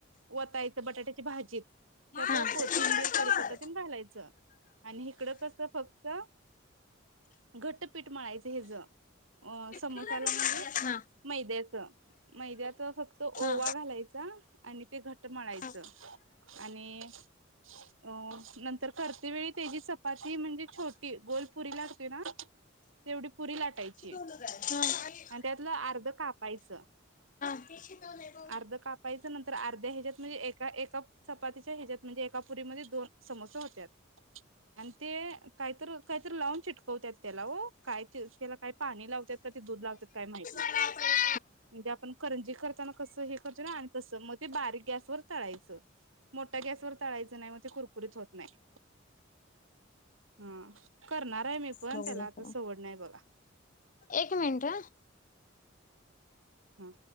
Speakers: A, on the right; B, on the left.
A: वतायचं बटाट्याच्या भाजीत त्यात
B: हा हा
A: कोथिंबीर कडीपत्ता
B: हा
A: त्यानं घालायचं. आणि इकडं कसं फक्त घटपीठ मळायचं हेज अ समोशला
B: हा हा
A: म्हणजे
B: हा
A: मैद्याच मैद्यात फक्त ओवा
B: हा. हा.
A: घालायचा आणि ते घट मळायच.
B: हा
A: आणि अ नंतर करते वेळी त्याची चपाती म्हणजे छोटी गोलपुरी लाटतो ना तेवढी पुरी लाटायची.
B: हा
A: आणि त्यातलं अर्ध कापायचं.
B: तेच शिकवलं.
A: अर्धा कापायचं नंतर अर्ध्या ह्याच्यात म्हणजे एका एका चपातीच्या ह्याच्यायात म्हणजे एका पुरीमध्ये दोन समोसा होत्या आणि ते काहीत काहीतरी लावून चिटकवतात ओ त्याला काय त्याला काय पाणी लावतात का ते दूध लावतात काय माहीत नाही.
B: ह <unintelligible>
A: म्हणजे आपण करंजी करताना कसं हे करतो ना आणि कसं मग ते बारीक गॅसवर तळायचं. मोठा गॅसवर तळायचं नाही मग ते कुरकुरीत होत नाही. हा करणार आहे मी पण
B: बघूया
A: त्याला आता सवड नाही बघा
B: एक मिनिटं हा
A: हा